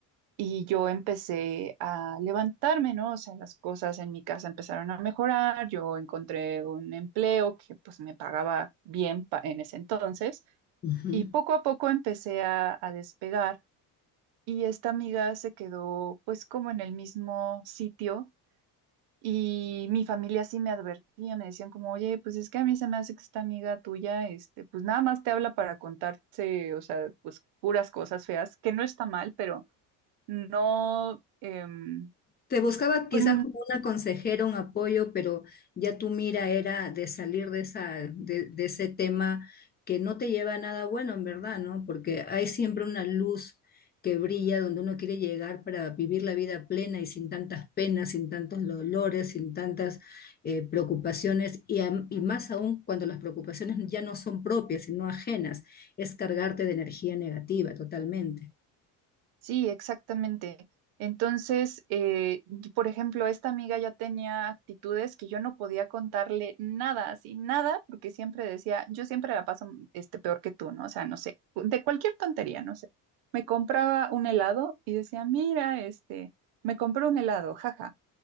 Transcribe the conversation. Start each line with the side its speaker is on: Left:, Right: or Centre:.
Right: Y yo empecé a levantarme, ¿no? O sea, las cosas en mi casa empezaron a mejorar, yo encontré un empleo que pues me pagaba bien pa- en ese entonces
Left: Ujú.
Right: y poco a poco empecé a, a despegar. Y esta amiga se quedó pues como en el mismo sitio y mi familia sí me advertía, me decían como, oye, pues es que a mí se me hace que esta amiga tuya, este, pues nada más te habla para contarte, o sea, pues puras cosas feas, que no está mal, pero no, em,
Left: Te buscaba quizás
Right: pues
Left: como una consejera, un apoyo, pero ya tu mira era de salir de esa, de, de ese tema que no te lleva a nada bueno, en verdad, ¿no? Porque hay siempre una luz que brilla donde uno quiere llegar para vivir la vida plena y sin tantas penas, sin tantos dolores, sin tantas eh, preocupaciones, y, am- y más aún cuando las preocupaciones ya no son propias, sino ajenas, es cargarte de energía negativa totalmente.
Right: Sí, exactamente. Entonces, eh, y por ejemplo, esta amiga ya tenía actitudes que yo no podía contarle nada, así nada, porque siempre decía, yo siempre la paso este, peor que tú, ¿no? O sea, no sé, de cualquier tontería, no sé. Me compraba un helado y decía, mira, este, me compré un helado, jaja.